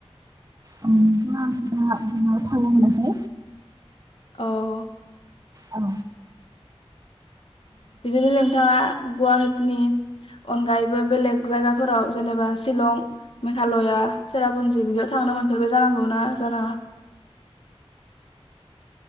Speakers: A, on the right; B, on the left.
A: औ नोंथां आंथ <inaudible> थांनो मोनाखै
B: औ
A: औ
B: बिदिनो नोंथाङा गुवाहाटिनि अनगायैबो बेलेग जायगाफोराव जेनेबा शिलं मेघालया सेरापुन्जि बिदियाव थांनो मोनफेरबाय जानांगौ ना जानाङा